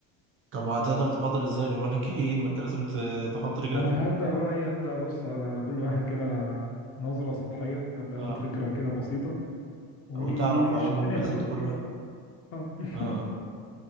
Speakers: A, on the right; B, on the left.
A: طب وهتقدر تفاضل ازاي اليومين الجايين ما انت لازم ت- تحط رجلك
B: ما انا
A: فيه
B: هبدأ بقى ايه هبدأ ابص على كل واحد كده نظرة سطحية هبدأ
A: اه
B: اخد فكرة كده بسيطة واللي
A: وتعرف عيوبه
B: يشدني
A: ومميزات
B: هدوس
A: كل
B: فيه بقى
A: واحد
B: اه <laughs>
A: اه آه.